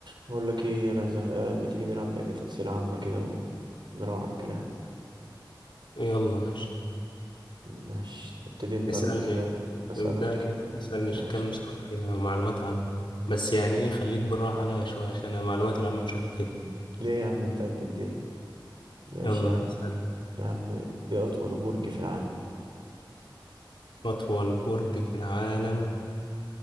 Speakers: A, on the right; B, on the left.
A: بقول لك ايه انا زهقان ما تيجي نلعب لعبة أسئلة عامة كده ونروح على الكلام
B: يلا ماشي
A: ماشي ابتدي انت
B: اسألني
A: ولا ابتدي انا أسألك
B: ابدأني اسألني
A: ماشي
B: كم سؤال كده معلومات عامة بس يعني ايه خليك بالراحة عليا شوية عشان أنا معلوماتي العامة مش قد كده
A: ليه يا عم انت قد الدنيا ماشي
B: يلا
A: يا عم
B: اسأل
A: يا عم ايه أطول برج في العالم
B: أطول برج في العالم